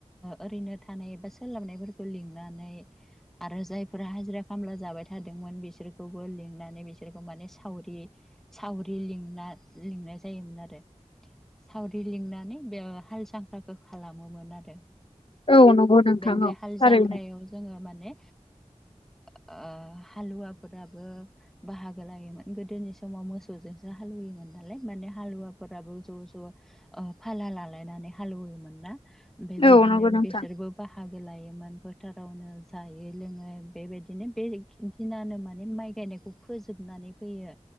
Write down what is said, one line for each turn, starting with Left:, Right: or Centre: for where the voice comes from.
Centre: ओरैनो थानाय बा सोलाबनायफोरखौ लिंनानै आरो जायफोरा हाजिरा खामला जाबाय थादोंमोन बिसोरखौबो लिंनानै बिसोरखौ माने सावरि सावरि लिंनानै लिंनाय जायोमोन आरो। सावरि लिंनानै बे हाल जांख्राखौ खालामोमोन आरो।
Left: औ नंगौ नोंथां
Centre: बेनिफ्राय
Left: औ
Centre: हाल
Left: थारैनो
Centre: जांख्रायाव जोङो माने ओ हालुवाफोराबो बाहागो लायोमोन गोदोनि समाव मोसौजोंसो हालुवोमोन नालाय। ने हालुवाफोराबो ज' ज' फाला लालायनानै हालौवोमोन ना। बेबायदिनो
Left: औ नंगौ नोंथां
Centre: बेसोरबो बाहागो लायोमोन। फोटारावनो जायो लोङो बेबायदिनो बे दिनानो माने माइ गायनायखौ फोजोबनानै फैयो।